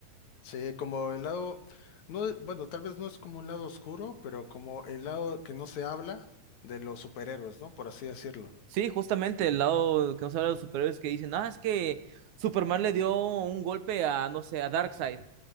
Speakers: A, on the left; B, on the right.
A: Sí, como el lado, no, bueno, tal vez no es como un lado oscuro, pero como el lado que no se habla de los superhéroes, ¿no? Por así decirlo.
B: Sí, justamente el lado que nos habla de los superhéroes que dicen, ah, es que Superman le dio un golpe a, no sé, a Darkseid.